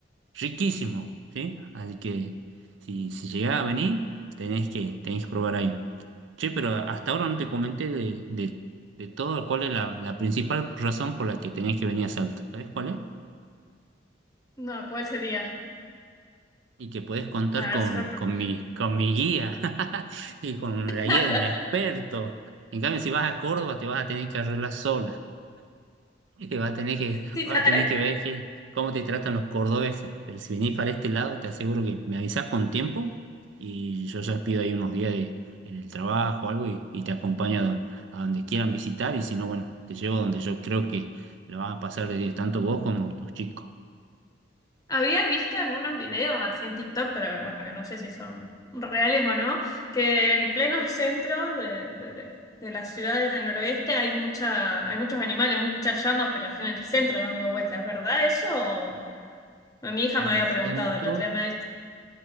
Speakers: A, on the right; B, on the left.
A: riquísimos, ¿sí? Así que si, si llegás a venir, tenés que, tenés que probar ahí. Che, pero hasta ahora no te comenté de, de, de todo cuál es la, la principal razón por la que tenés que venir a Salta. ¿Sabés cuál es?
B: No, ¿cuál sería?
A: Y que podés contar
B: A ver,
A: con,
B: super... pro-
A: con mi, con mi guía <laughs> y con la guía
B: <laughs>
A: de un experto. En cambio, si vas a Córdoba, te vas a tener que arreglar sola. Y vas a tener que,
B: Sí,
A: vas
B: ¿sabes?
A: a tener que ver que, cómo te tratan los cordobeses. Pero si venís para este lado, te aseguro que me avisás con tiempo y yo ya pido ahí unos días de- en el trabajo o algo y, y te acompaño a, do- a donde quieran visitar. Y si no, bueno, te llevo donde yo creo que lo vas a pasar de 10, tanto vos como tus chicos.
B: Había visto en unos videos así en TikTok, pero bueno, no sé si son reales o no, que en pleno centro de, de- de las ciudades del noroeste hay mucha, hay muchos animales, muchas llamas, pero así en el centro dando vueltas, ¿verdad eso? O- Mi hija
A: Acá
B: me había
A: En el centro.
B: preguntado el otro día, me ha dicho-